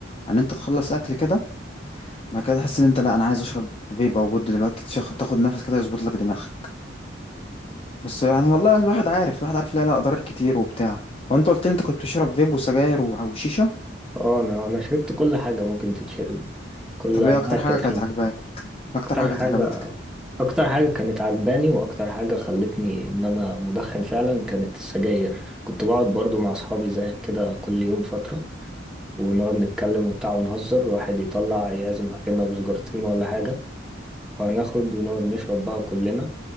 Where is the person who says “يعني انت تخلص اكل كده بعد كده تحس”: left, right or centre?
Left